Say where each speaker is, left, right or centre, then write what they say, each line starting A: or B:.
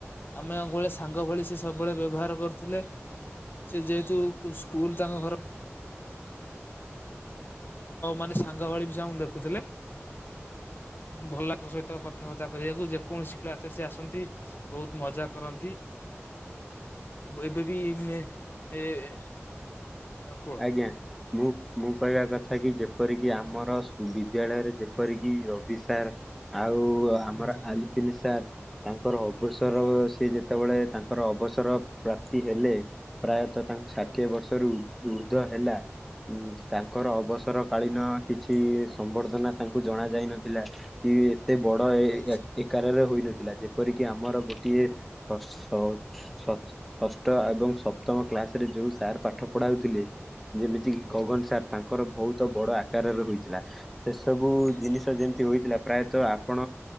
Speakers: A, on the left; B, in the centre.
A: ଆମେ ଆଗୁଳିଆ ସାଙ୍ଗ ଭଳି ସେ ସବୁବେଳେ ବ୍ୟବହାର କରଥିଲେ ସେ ଯେହେତୁ ସ୍କୁଲ ତାଙ୍କ ଘର ମାନେ ସାଙ୍ଗ ଭଳି ବି ସେ ଆମକୁ ଦେଖୁଥିଲେ। ଭଲଲାଗେ ତାଙ୍କ ସହ କଥାବାର୍ତ୍ତା କରିବାକୁ ଯେକୌଣସି କ୍ଲାସରେ ସେ ଆସନ୍ତି। ବହୁତ ମଜା କରନ୍ତି।
B: ହ
A: ଏବେ ବି ଏ କୁହ
B: ଆଜଞା <inaudible> ମୁଁ ମୁଁ କହିବା କଥା କି ଯେପରିକି ଆମର ବିଦ୍ୟାଳୟରେ ଯେପରିକି ରବି ସାର୍ ଆଉ ଆମର
A: ହୁଁ
B: ଆଲିପିନ ସାର୍ ତାଙ୍କର ଅବସର
A: ହଁ
B: ସିଏ ଯେତେବେଳେ ତାଙ୍କର ଅବସର ପ୍ରାପ୍ତି ହେଲେ ପ୍ରାୟତଃ ତାଙ୍କୁ ଷାଠିଏ
A: ହଁ
B: ବର୍ଷରୁ ଉର୍ଦ୍ଧ ହେଲା ଉ ତାଙ୍କର ଅବସର କାଳୀନ କିଛି ସମ୍ବର୍ଦ୍ଧନା ତାଙ୍କୁ ଜଣା ଯାଇନଥିଲା। କି ଏତେ ବଡ ଏ
A: ଆଜ୍ଞା।
B: ଆକାରରେ ହୋଇନଥିଲା ଯେପରିକି ଆମର ଗୋଟିଏ ଷଷ୍ଠ ଏବଂ ସପ୍ତମ କ୍ଲାସ ରେ ଯୋଉ ସାର୍ ପାଠ ପଢାଉଥିଲେ ଯେମିତି କିି ଗଗନ ସାର୍ ତାଙ୍କର ବହୁତ ବଡ ଆକାରରେ ହୋଇଥିଲା। ସେ ସବୁ
A: ଆଜ୍ଞା।
B: ଜିନିଷ ଯେମିତି ହୋଇଥିଲା ପ୍ରାୟତଃ ଆପଣ